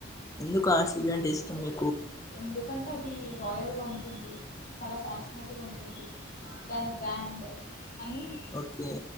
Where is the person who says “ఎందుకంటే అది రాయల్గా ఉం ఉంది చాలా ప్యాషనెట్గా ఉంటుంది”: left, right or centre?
Left